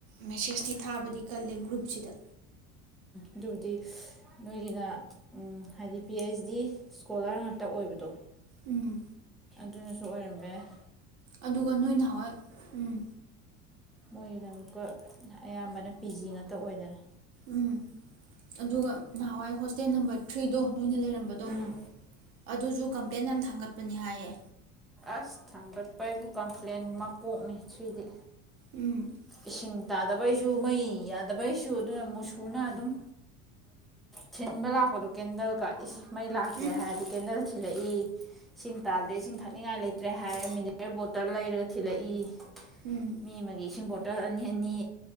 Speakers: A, on the right; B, in the centre.
A: ꯃꯤꯁꯦꯖ ꯇꯤ ꯊꯕꯥꯗꯤ ꯀꯜꯂꯦ ꯒꯨꯔꯨꯞ ꯁꯤ ꯗ
B: ꯑꯗꯨꯕꯨꯗꯤ ꯅꯣꯏꯒꯤꯅꯥ ꯎꯝ ꯍꯥꯏꯗꯤ ꯄꯤ ꯍꯥꯏꯁ ꯗꯤ ꯏꯁꯀꯣꯂꯔ ꯉꯥꯛꯇꯥ ꯑꯣꯏꯕꯗꯣ
A: ꯎꯝ
B: ꯑꯗꯤꯅꯁꯨ ꯑꯣꯏꯔꯝꯕ ꯌꯥꯏ
A: ꯑꯗꯨꯒ ꯅꯣꯏ ꯅꯍꯥꯟꯋꯥꯏ ꯎꯝ
B: ꯃꯣꯏꯒꯤꯅ ꯑꯃꯨꯛꯀꯥ ꯑꯌꯥꯝꯕꯅ ꯄꯤ ꯖꯤ ꯉꯥꯛꯇꯥ ꯑꯣꯏꯗꯅ
A: ꯎꯝ ꯑꯗꯨꯒ ꯅꯍꯥꯟꯋꯥꯏ ꯍꯣꯁꯇꯦꯜ ꯅꯝꯕꯔ ꯊꯔ꯭ꯤ ꯗꯣ ꯅꯣꯏꯅ ꯂꯩꯔꯝꯕꯗꯣ
B: ꯎꯝ
A: ꯑꯗꯨꯁꯨ ꯀꯝꯄꯂꯥꯏꯟ ꯌꯥꯝ ꯊꯟꯒꯠꯄꯅꯤ ꯍꯥꯏꯌꯦ
B: ꯎꯁ ꯊꯥꯡꯒꯠꯄ ꯍꯥꯏꯕꯨ ꯀꯝꯄꯂꯥꯏꯅ ꯃꯀꯣꯛꯅꯤ ꯊꯔ꯭ꯤ ꯗꯤ
A: ꯎꯝ
B: ꯏꯁꯤꯡ ꯇꯥꯗꯕꯩꯁꯨ ꯃꯩ ꯌꯥꯗꯕꯩꯁꯨ ꯑꯗꯨꯅ ꯃꯨꯁꯨ ꯅꯥ ꯑꯗꯨꯝ ꯊꯤꯟꯕ ꯂꯛꯄꯗꯣ ꯀꯟꯗꯜꯀ ꯃꯩ ꯂꯛꯇꯔ꯭ꯦ
A: ꯎꯝ
B: ꯍꯥꯏꯔꯗꯤ ꯀꯦꯟꯗꯜ ꯊꯤꯜꯂꯛꯏ ꯏꯁꯤꯡ ꯇꯥꯗꯔꯦ ꯏꯁꯤꯡ ꯊꯛꯅꯤꯡꯉꯥꯏ ꯂꯩꯇꯔꯦ ꯍꯥꯏꯔꯥ ꯃꯤꯅꯔꯦꯜ ꯕꯣꯇꯜ ꯂꯩꯔꯥ ꯊꯤꯂꯛ ꯏ
A: ꯎꯝ
B: ꯃꯤ ꯑꯃꯒꯤ ꯏꯁꯤꯡ <unintelligible> <unintelligible> ꯑꯅꯤ ꯑꯅꯤ